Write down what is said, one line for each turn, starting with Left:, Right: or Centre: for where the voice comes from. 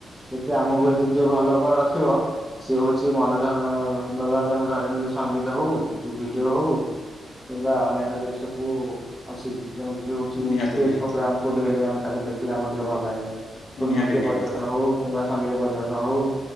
Centre: ଏଠି ଆମକୁ ଅଜି କିଏ ଭଲ ରେ ରଖିବ ସିଏ ହଉଛି ମନୋ ମନୋରଞ୍ଜନ ଧର୍ମୀ ସଙ୍ଗୀତ ହଉ କି ଭିଡିଓ ହଉ। କିମ୍ବା ଅନ୍ୟାନ୍ୟ ଜିନିଷ କୁ ଅଛି। ଯେମିତିକି ହଉଛି
Left: ନିହାତି
Centre: ଷ୍ଟେଜ୍
Left: ନିହାତି
Centre: ପ୍ରୋଗ୍ରାମ କୋଉଠି ହେଲେ ଆମେ ତାକୁ ଦେଖିଲେ ଆମର ଟିକେ ଭଲ ଲାଗେ। କୋଉଠି
Left: ନିହାତି
Centre: ନୃତ୍ୟ
Left: ନିହାତି
Centre: ପରିବେଷଣ ହୋଉ। କିମ୍ବା ସଙ୍ଗୀତ ପରିବେଷଣ ହୋଉ।